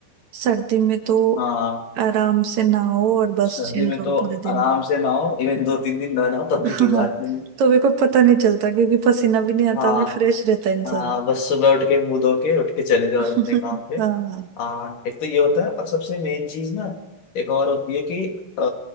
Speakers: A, on the right; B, on the left.
A: सर्दी में तो
B: हाँ
A: आराम से नहाओ और बस
B: सर्दी
A: चिल
B: में
A: रहो
B: तो
A: पूरे दिन
B: आराम से नहाओ इवन दो तीन दिन ना नहाओ तब
A: <laughs>
B: भी कोई बात
A: हाँ
B: नहीं
A: तो मेरे को पता नहीं चलता क्योंकि पसीना भी नहीं आता
B: हाँ
A: भी फ्रेश रहता है इंसान
B: हाँ बस सुबह उठ के मुंह धो के उठ के चले जाओ
A: <laughs>
B: अपने काम पे
A: हाँ
B: हाँ एक तो ये होता है और सबसे मेन चीज ना एक और होती है कि अ,